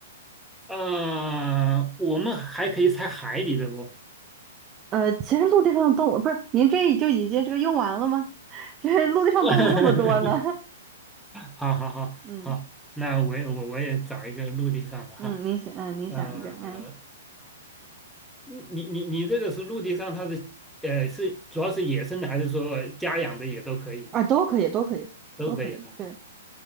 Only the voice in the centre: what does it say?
啊，我们还可以猜海里的不？
<laughs> 好好好好，
那我也我我也找一个陆地上的哈，
呃，你你你这个是陆地上它是呃是主要是野生的还是说家养的也都可以？
都可以啊。